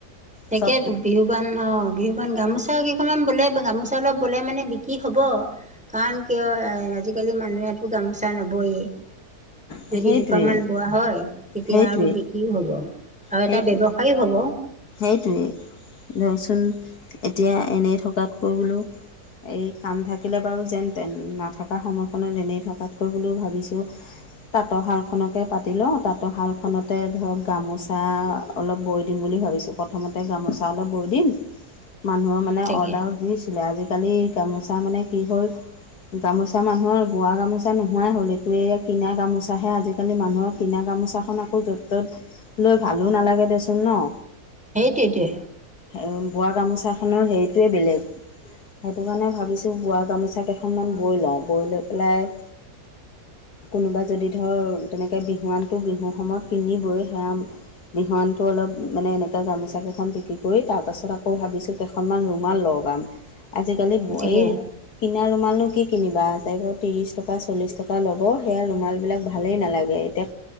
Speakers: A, in the centre; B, on the left.
A: তেকেতো।
B: চব
A: বিহুৱান অ বিহুৱান গামোচা কেইখনমান বলে গামোচা অলপ বলে মানে বিক্ৰী হ'ব। কাৰণ কিয় আ আজিকালি মানুহে একো গামোচা নবয়েই।
B: সেইটোৱে
A: যদি দুখন মান বোৱা হয় তেতিয়া
B: সেইটোৱে
A: আৰু বিক্ৰীও হব আৰু
B: সেইটো
A: এটা ব্যৱ সায়ো হব।
B: সেইটোৱেই, ধৰকচোন এতিয়া এনেই থকাতকৈ বোলো এই কাম থাকিলে বাৰু যেন তেন, নাথাকা সময়খনত এনেই থকাতকৈ বুলিও ভাবিছো তাঁতৰ শালখনকে পাতি লও, তাঁতৰ শালখনতে ধৰক গামোচা অলপ বৈ দিম বুলি ভাবিছো। প্ৰথমতে গামোচা অলপ বৈ দিম, মানুহৰ মানে
A: তাকে
B: অৰ্ডাৰো দি ছিলে আজিকালি গামোচা মানে কি হ'ল গামোচা মানুহৰ বোৱা গামোচা নোহোৱাই হ'ল এইটো কিনা গামোচাহে আজি আজিকালি মানুহৰ কিনা গামোচাখন আকৌ য'ত ত'ত লৈ ভালো নালাগে দেচোন ন।
A: সেইটোৱেই টোৱে।
B: অ বোৱা গামোচাখনৰ হেৰিটোৱে বেলেগ। সেইটো কাৰণে ভাবিছো বোৱা গামোচা কেইখনমান বৈ লও, বৈ লৈ পেলাই কোনোবা যদি ধৰক তেনেকৈ বিহুৱানটো বিহু সময়ত পিন্ধিবই সেয়া বিহুৱানট অলপ মানে এনে তাতে গামোচা কেইখন বিক্ৰী কৰি তাৰ পাছত আকৌ ভাবিছো কেইখনমান ৰুমাল লগাম। আজিকালি বয়েই
A: তাকে
B: কিনা ৰুমালনো কি কিনিবা চাৰিশ ত্ৰিছ টকা চল্লিছ টকা ল'ব সেয়া ৰুমালবিলাক ভা ভালেই নালাগে এতিয়া